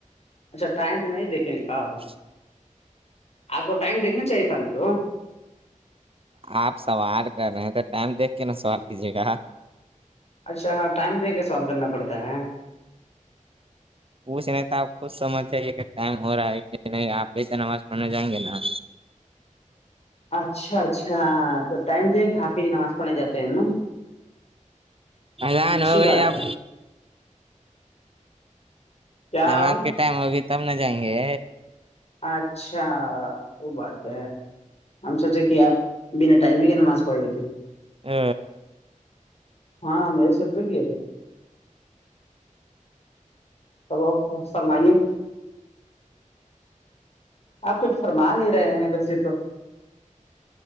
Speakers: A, on the left; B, on the right.
A: اچھا ٹائم نہیں دیکھیں کہ ہو
B: <unintelligible>
A: آپ کو ٹائم دیکھنا چاہیے تھا نا تو
B: آپ سوال کر رہے ہیں تو ٹائم دیکھ کے نا سوال کیجیے گا
A: اچھا ہاں ٹائم دے کے سوال کرنا پڑتا ہے
B: اس نہیں تو آپ خود سمجھ جائیے کہ ٹائم ہو رہا ہے آپ ب تو نماز پڑھنے جائیں گے نا
A: اچھا اچھا تو ٹائم د ہے کہ حپی نماز پڑھنے جاتے ہیں نا
B: ایضان
A: اچھی
B: ہو
A: بات
B: گئے اب
A: ہے کیا
B: جماعت
A: آپ
B: کے ٹائم ہوگی تب نہ جائیں گے
A: اچھا وہ بات ہے ہم سوچے کہ آپ بنا ٹائم میں کے نماز پڑھ لیتے ہیں
B: ہ
A: ہاں میرے سرٹرفک بھیئے تھے توب فرمائیے آپ کچھ فرما نہیں رہے ہیں ویسے تو